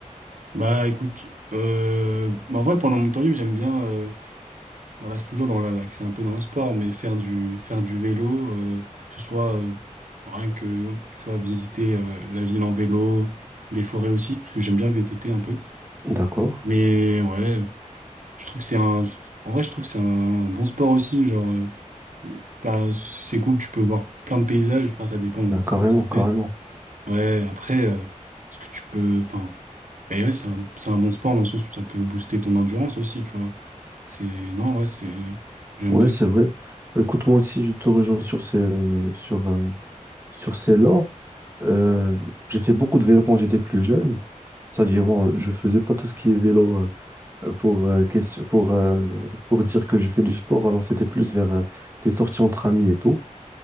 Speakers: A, on the right (about 75°); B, on the right (about 15°).
A: Bah écoute, euh, bah, en vrai pendant mon temps libre j'aime bien, euh, voilà c'est toujours dans la, c'est un peu dans le sport, mais faire du faire du vélo, euh, que ce soit euh, rien que tu vois visiter euh, la ville en vélo, des forêts aussi, parce que j'aime bien le VTT un peu.
B: D'accord.
A: Mais ouais, je trouve que c'est un, en vrai je trouve que c'est un bon sport aussi, genre euh, bah, c'est cool, tu peux voir plein de paysages, enfin ça dépend où
B: Bah, carrément,
A: où ce que t'es.
B: carrément.
A: Ouais, après, euh, ce que tu peux, enfin, mais ouais, c'est un, c'est un bon sport dans le sens où ça peut booster ton endurance aussi, tu vois. C'est, non, ouais, c'est, j'aime
B: Ouais,
A: bien.
B: c'est vrai. Bah, Écoute, moi aussi, je te rejoins sur ces, sur, euh, sur ces là Euh, j'ai fait beaucoup de vélo quand j'étais plus jeune. C'est-à-dire, bon, je faisais pas tout ce qui est vélo euh, pour, euh, question- pour, euh, pour dire que je fais du sport. Alors, c'était plus vers euh, des sorties entre amis et tout.